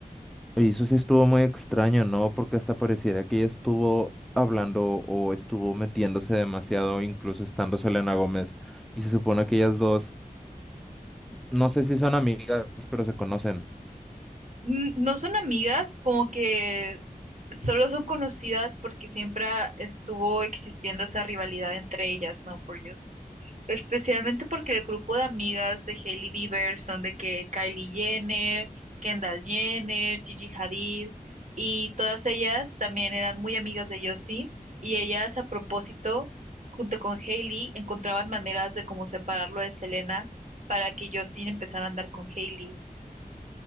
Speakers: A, in the centre; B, on the right (about 55°).
A: Y eso sí estuvo muy extraño, ¿no? Porque hasta pareciera que ella estuvo hablando o estuvo metiéndose demasiado, incluso estando Selena Gómez. Y se supone que ellas dos, no sé si son amigas, pero se conocen.
B: Mm, No son amigas, como que solo son conocidas porque siempre ha- estuvo existiendo esa rivalidad entre ellas, ¿no? Por Dios. Especialmente porque el grupo de amigas de Hailey Bieber son de que Kylie Jenner, Kendall Jenner, Gigi Hadid, y todas ellas también eran muy amigas de Justin, y ellas a propósito, junto con Hailey, encontraban maneras de cómo separarlo de Selena para que Justin empezara a andar con Hailey.